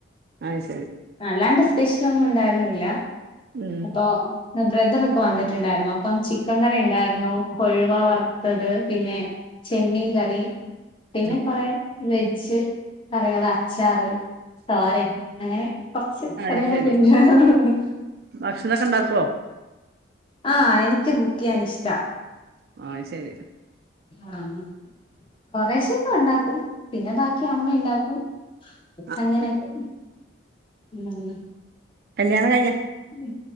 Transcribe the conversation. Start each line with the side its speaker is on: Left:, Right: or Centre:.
Right: അത് ശെരി
Left: അല്ലാണ്ട് സ്പെഷ്യലൊന്നും ഉണ്ടായിരുന്നില്ല.
Right: ഉം
Left: അപ്പൊ.. ന്ന് ബ്രദറൊക്കെ വന്നിട്ടുണ്ടായിരുന്നുഅപ്പം ചിക്കൻ കറിണ്ടായിരുന്നു, കൊഴുവ വറുത്തത് പിന്നെ.. ചെമ്മീൻ കറി പിന്നെ
Right: ഉം
Left: കൊറെ വെജ് കറികള ച്ചാറ് തോരൻ അങ്ങനെ കൊറച്ച്
Right: അത്
Left: കറികളൊക്കെ
Right: ശരി
Left: ൻ ഹ് ഹ് ഹ്
Right: ഭക്ഷണൊക്കെ ഉണ്ടാക്കുവോ
Left: ആഹ് എനിക്ക് കുക്കിയ്യാനിഇഷ്ട
Right: ആയ് ശരി
Left: ആഹ കൊറേശൊക്കൊണ്ടാക്കും പിന്നെ ബാക്കി അമ്മ ഇണ്ടാക്കും
Right: ആഹ്
Left: അങ്ങനെക്കെ ഇന്നാലും
Right: കല്യാണം കഴിഞ്ഞ
Left: ഉം